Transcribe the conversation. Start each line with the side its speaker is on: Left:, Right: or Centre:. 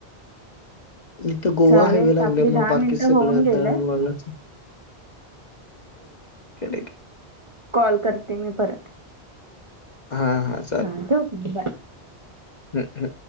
Left: इथं गोवा
Right: चालेल
Left: हायवे लागल्यामुळे
Right: आपली दहा
Left: बाकीचं
Right: मिनिटं
Left: सगळं
Right: होऊन गेलंय
Left: दळण वळणच ठीक आहे.
Right: कॉल करते मी परत
Left: हां हां चालेल.
Right: हा <inaudible> बाय
Left: हं हं.